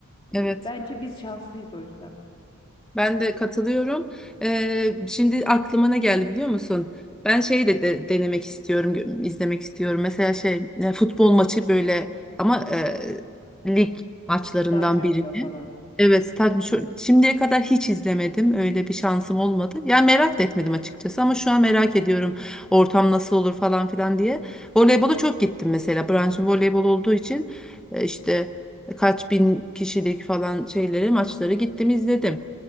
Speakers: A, in the centre; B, on the left.
A: Evet.
B: E, bence biz şanslıyız o yüzden.
A: Ben de katılıyorum. Ee, şimdi aklıma ne geldi biliyor musun? Ben şey de, de- denemek istiyorum, gö- izlemek istiyorum. Mesela şey e, futbol maçı böyle ama e, lig maçlarından
B: Stadyumda
A: birini.
B: falan.
A: Evet, tabii şu, şimdiye kadar hiç izlemedim. Öyle bir şansım olmadı. Yani merak da etmedim açıkçası ama şu an merak ediyorum ortam nasıl olur falan filan diye. Voleybola çok gittim mesela. Branşım voleybol olduğu için e, işte kaç bin kişilik falan şeyleri maçları gittim izledim.